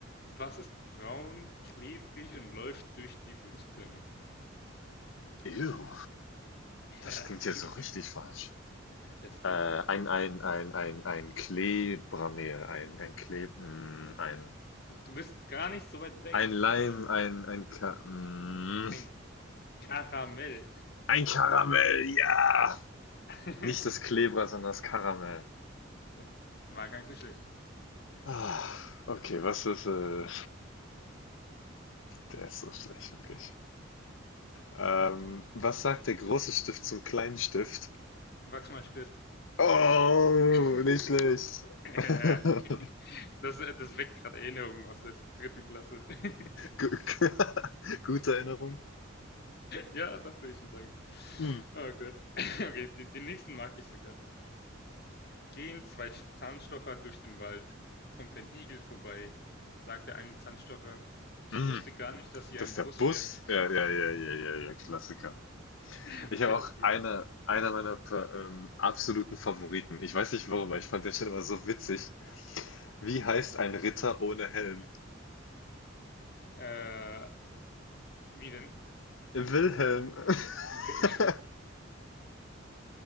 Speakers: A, on the left; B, on the left.
A: was ist braun, klebrig und läuft durch die Wüste?
B: Ew, das
A: Ja,
B: klingt ja
A: denke
B: so
A: ich
B: richtig
A: mir.
B: falsch.
A: Das klingt
B: Äh, ein,
A: wirklich.
B: ein, ein, ein, ein Klebramel, ein, ein Kleb, mm, ein,
A: Du, du bist gar nicht so weit weg.
B: ein Leim,
A: Ein,
B: ein, ein, Ka mm,
A: ein Karamell.
B: ein Karamell, ja!
A: <laughs>
B: Nicht das Klebra, sondern das Karamell.
A: Ja, war gar nicht so schlecht.
B: Ah, okay, was ist, äh, der ist so schlecht, wirklich. Ähm, was sagt der große Stift zum kleinen Stift?
A: Wachs mal Stift.
B: Oh,
A: <laughs>
B: nicht schlecht.
A: Ja,
B: <laughs>
A: die, das, äh, das weckt gerade Erinnerungen aus der dritten Klasse. <laughs>
B: Gu- <laughs> Gute Erinnerung.
A: Ja, doch, würde ich schon sagen.
B: Hm.
A: Oh Gott. <laughs> Okay, den, den nächsten mag ich sogar. Gehen zwei Zahnstocher durch den Wald. Kommt ein Igel vorbei, sagt der eine Zahnstocher. Ich
B: Hm.
A: wusste gar nicht, dass hier
B: Das
A: ein
B: ist der
A: Bus
B: Bus.
A: fährt.
B: Ja, ja, ja, ja, ja, ja, Klassiker.
A: <laughs>
B: Ich habe
A: Der ist
B: auch
A: gut.
B: eine, einer meiner ähm, absoluten Favoriten. Ich weiß nicht warum, aber ich fand der Stelle immer so witzig. Wie heißt ein Ritter ohne Helm?
A: Äh, wie denn?
B: Wilhelm. <laughs>
A: Will-